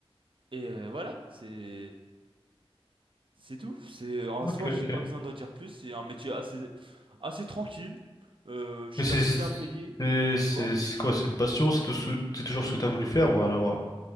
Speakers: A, on the right (about 60°); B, on the left (about 35°).
A: Et euh, voilà, c'est c'est tout. C'est en
B: Ok,
A: soi,
B: ok.
A: j'ai pas besoin d'en dire plus. C'est un métier assez assez tranquille. Euh, je
B: Mais
A: suis
B: c'est
A: assez
B: c'est
A: bien payé,
B: c'est
A: tu vois.
B: c'est quoi? C'est une passion? C'est tout sou- c'est toujours ce que t'as voulu faire ou rien à voir?